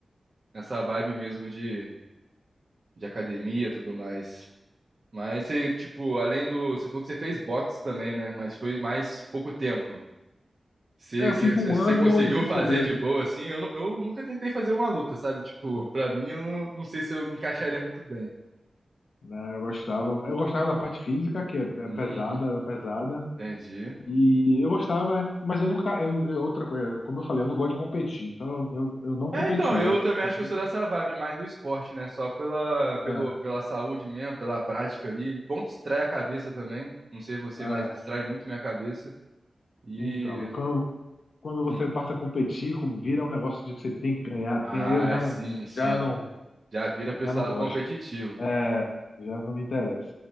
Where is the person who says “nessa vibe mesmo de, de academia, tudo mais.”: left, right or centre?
Right